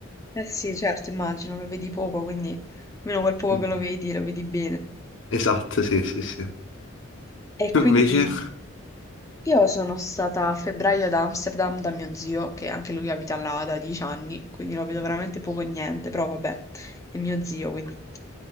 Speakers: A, on the left; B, on the left.
A: Eh sì, certo, immagino, lo vedi poco, quindi almeno quel poco
B: Mhm.
A: che lo vedi, lo vedi bene.
B: Esatto, sì, sì, sì.
A: E quindi
B: Tu invece,
A: Io sono stata a febbraio ad Amsterdam da mio zio, che anche lui abita là da dieci anni, quindi lo vedo veramente poco e niente, però vabbè, è mio zio, quindi.